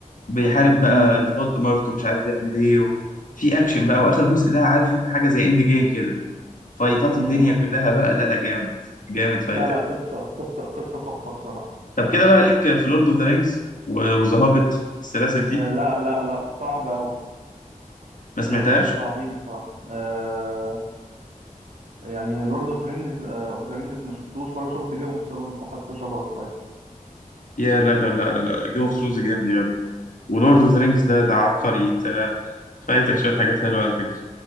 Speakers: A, on the left; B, on the right.
A: بيحارب بقى
B: امم
A: فولدمورت ومش عارف يعمل ايه و... في اكشن بقى واخر جزء ده عارف انت حاجه زي اند جيم كده فايتات
B: امم
A: الدنيا كلها بقى لا لا جامد جامد فايتك
B: لا لا قصة قصة قصة تحفة بصراحة
A: طب كده بقى ليك في لورد اوف ذا رينجز وذا هوبيت السلاسل دي
B: آه لا لا لا صعب أوي
A: ما سمعتهاش
B: لا لا صعبين بصراحة آه يعني لورد اوف رينجز اوف ذا رينجز ما شفتوش ولا شفت جيم اوف ثرونز حاسه شبهه شوية
A: يا لا لا لا لا جيم اوف ثرونز جامد يا جدع ولورد اوف ذا رينجز ده ده عبقري انت فايتك شويه حاجات حلوه على فكره